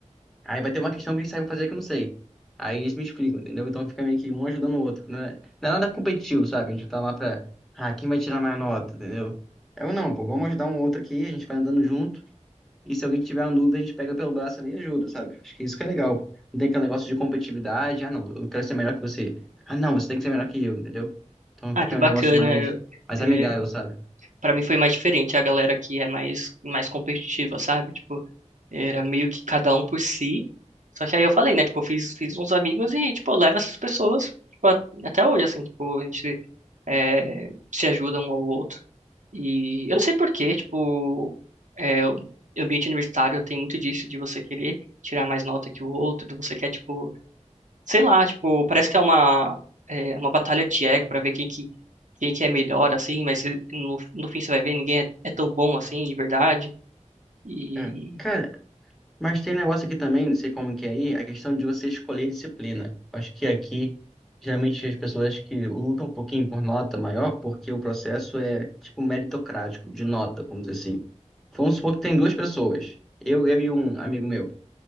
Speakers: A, in the centre; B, on the right.
A: Aí vai ter uma questão que eles sabem fazer que eu não sei. Aí eles me explicam, entendeu? Então fica meio que um ajudando o outro. Né? Não é nada competitivo, sabe? A gente tá lá pra. Ah, quem vai tirar mais nota, entendeu? Eu não, pô, vamos ajudar um outro aqui, a gente vai andando junto. E se alguém tiver uma dúvida, a gente pega pelo braço ali e ajuda, sabe? Acho que isso que é legal. Não tem aquele negócio de competitividade. Ah, não, eu quero ser melhor que você. Ah, não, você tem que ser melhor que eu, entendeu? Então
B: Ah,
A: fica
B: que bacana.
A: um negócio mais,
B: Eu,
A: mais
B: é,
A: amigável, sabe?
B: para mim foi mais diferente. A galera aqui é mais, mais competitiva, sabe? Tipo, era meio que cada um por si. Só que aí eu falei, né? Tipo, eu fiz, fiz uns amigos e, tipo, eu levo essas pessoas, tipo, a- até hoje, assim, tipo, a gente é, se ajuda um ao outro. E eu não sei por quê, tipo, é, o ambiente universitário tem muito disso, de você querer tirar mais nota que o outro, de você quer, tipo, sei lá, tipo, parece que é uma, é, uma batalha de ego pra ver quem que, quem que é melhor, assim, mas eh, no, no fim você vai ver, ninguém é, é tão bom assim, de verdade. E.
A: É. Cara, mas tem negócio aqui também, não sei como que é aí, a questão de você escolher disciplina. Acho que aqui, geralmente, as pessoas que lutam um pouquinho por nota maior, porque o processo é, tipo, meritocrático, de nota, vamos dizer assim. Vamos supor que tem duas pessoas, eu, eu e um amigo meu,